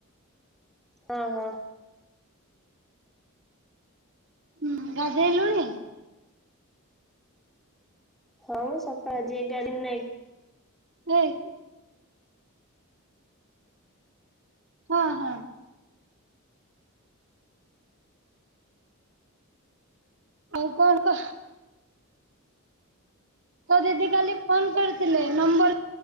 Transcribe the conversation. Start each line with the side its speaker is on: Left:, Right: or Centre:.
Centre: ହଁ ହଁ
Right: ହୁଁ ଗାଧେଇ ଲୁଣି।
Centre: ହଁ ମୁଁ ସକାଳେ ଆଜି ଏଗାରିଂ ନାଇଁ।
Right: ଏ ଇ। ହଁ ହଁ। ଆଉ କଣ କହ? ତୋ ଦିଦି କାଲି ଫୋନ କରିଥିଲେ ନମ୍ବର